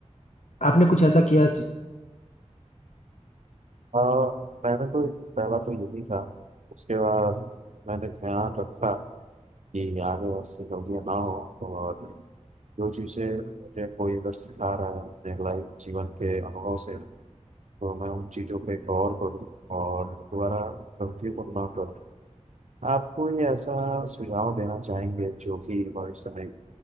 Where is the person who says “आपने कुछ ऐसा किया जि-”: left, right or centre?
Left